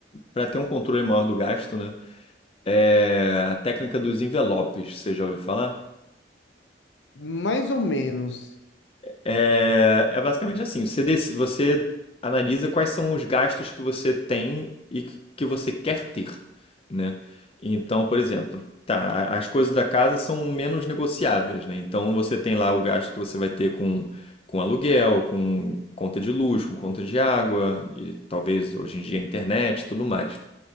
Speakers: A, on the left; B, on the left.
A: para ter um controle maior do gasto, né? É, a técnica dos envelopes, você já ouviu falar?
B: mais ou menos.
A: É, é basicamente assim: você, dec- você analisa quais são os gastos que você tem e que que você quer ter, né? Então, por exemplo, tá, a- as coisas da casa são menos negociáveis, né? Então você tem lá o gasto que você vai ter com, com aluguel, com conta de luz, com conta de água, e talvez hoje em dia internet e tudo mais.